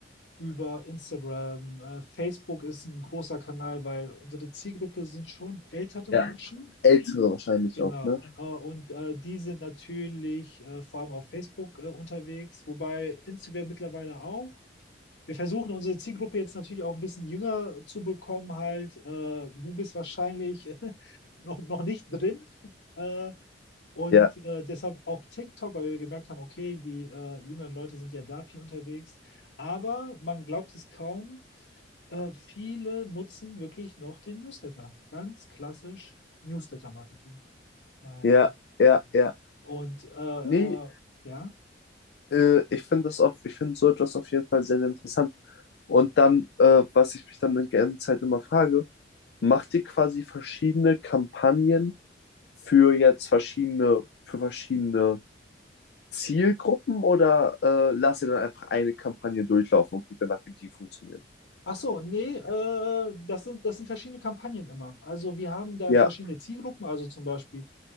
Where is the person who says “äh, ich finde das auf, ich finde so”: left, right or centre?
Left